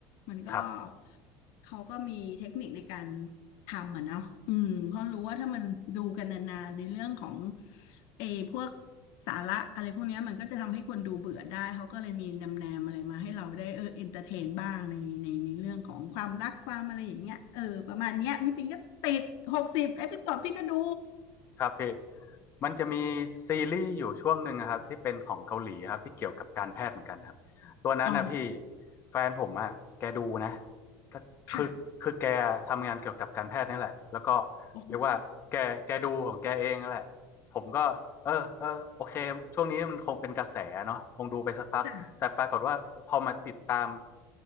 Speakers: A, on the left; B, on the left.
A: มันก็
B: ครับ
A: เขาก็มีเทคนิคในการทำอ่ะเนาะอืมเพราะรู้ว่าถ้ามันดูกันนานๆในเรื่องของเออพวกสาระอะไรพวกเนี้ยมันก็จะทำให้คนดูเบื่อได้เขาก็เลยมีนำแนมอะไรมาให้เราได้เออเอนเตอร์เทนบ้างในในในเรื่องของความรักความอะไรอย่างเงี้ยเออประมาณเนี้ยพี่ปิงก็ติดหกสิบเอพิโซดพี่ก็ดู
B: ครับพี่มันจะมีซีรีส์อยู่ช่วงหนึ่งนะครับที่เป็นของเกาหลีครับที่เกี่ยวกับการแพทย์เหมือนกันครับตัวนั้นนะพี่
A: อ๋อ
B: แฟนผมอะแกดูนะก็คือคือแกทำงานเกี่ยวกับการแพทย์นี่แหละแล้วก็
A: ค่ะโอ้
B: เรียกว่าแกแกดูของแกเองนั่นแหละผมก็เออเออโอเคช่วงนี้มันคงเป็นกระแสเนาะคงดูไปสักพักแต่ปรากฏว่าพอมาติดตาม
A: จ้ะ